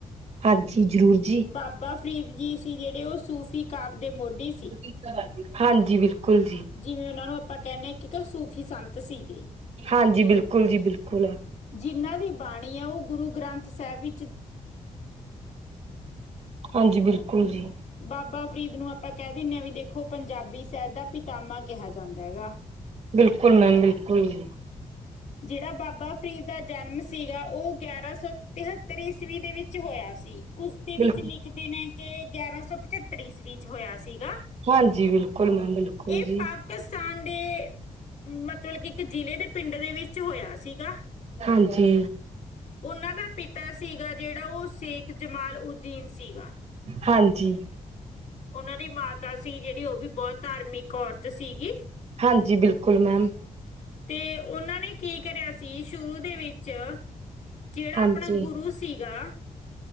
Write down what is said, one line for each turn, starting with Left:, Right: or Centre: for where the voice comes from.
Right: ਹਾਂਜੀ, ਜ਼ਰੂਰ ਜੀ।
Left: ਬਾਬਾ ਫਰੀਦ ਜੀ ਸੀ ਜੇੜੇ ਓ ਸੂਫ਼ੀ ਕਾਪ ਦੇ ਮੋਢੀ ਸ
Right: <unintelligible> ਹਾਂਜੀ, ਬਿਲਕੁਲ ਜੀ।
Left: ਜਿਵੇਂ ਓਨਾਂ ਨੂੰ ਆਪਾਂ ਕੈਨੇ ਆ ਕਿ ਕ ਸੂਫ਼ੀ ਸੰਤ ਸੀਗੇ।
Right: ਹਾਂਜੀ ਬਿਲਕੁਲ ਜੀ ਬਿਲਕੁਲ।
Left: ਜਿਨ੍ਹਾਂ ਦੀ ਬਾਣੀ ਆ ਓ ਗੁਰੂ ਗ੍ਰੰਥ ਸਾਹਿਬ ਵਿ
Right: <inaudible> ਹਾਂਜੀ, ਬਿਲਕੁਲ ਜੀ।
Left: ਬਾਬਾ ਫਰੀਦ ਨੂੰ ਆਪਾਂ ਕੈ ਦਿੰਦੇ ਆ ਵੀ ਦੇਖੋ ਪੰਜਾਬੀ ਸ਼ਹਿਦ ਦਾ ਪਿਤਾਮਾ ਕਿਹਾ ਜਾਂਦਾ ਹੈਗਾ।
Right: ਬਿਲਕੁਲ ਮੈਮ ਬਿਲਕੁਲ ਈ।
Left: ਜੇੜਾ ਬਾਬਾ ਫਰੀਦ ਦਾ ਜਨਮ ਸੀਗਾ ਓ ਗਿਆਰਾਂ ਸੌ ਤਿਹੱਤਰ ਈਸਵੀ ਦੇ ਵਿੱਚ ਹੋਇਆ ਸੀ। ਕੁਸਤੀ ਵਿੱਚ
Right: ਬਿਲ
Left: ਲਿਖਦੇ ਨੇ ਕੇ ਗਿਆਰਾਂ ਸੌ ਪਚੱਤਰ ਈਸਵੀ ਚ ਹੋਇਆ ਸੀਗਾ।
Right: ਹਾਂਜੀ ਬਿਲਕੁਲ ਮੈਮ ਬਿਲਕੁਲ
Left: ਇਹ
Right: ਜੀ।
Left: ਪਾਕਿਸਤਾਨ ਦੇ ਮਤਲਬ ਕਿ ਇੱਕ ਜ਼ਿਲ੍ਹੇ ਦੇ ਪਿੰਡ ਦੇ ਵਿੱਚ ਹੋਇਆ ਸੀਗਾ।
Right: ਹਾਂਜੀ
Left: ਉਨਾਂ ਦਾ ਪਿਤਾ ਸੀਗਾ ਜੇੜਾ ਓ ਸੇਖ ਜਮਾਲ ਉਦੀਨ ਸੀਗਾ।
Right: ਹਾਂਜੀ
Left: ਓਨਾਂ ਦੀ ਮਾਤਾ ਸੀ ਜੇੜੀ ਓ ਵੀ ਬੌਤ ਧਾਰਮਿਕ ਔਰਤ ਸੀਗੀ।
Right: ਹਾਂਜੀ, ਬਿਲਕੁਲ ਮੈਮ।
Left: ਤੇ ਓਨਾਂ ਨੇ ਕੀ ਕਰਿਆ ਸੀ ਸ਼ੁਰੂ ਦੇ ਵਿੱਚ। ਜੇੜਾ
Right: ਹਾਂਜੀ,
Left: ਆਪਣਾ ਗੁਰੂ ਸੀਗਾ।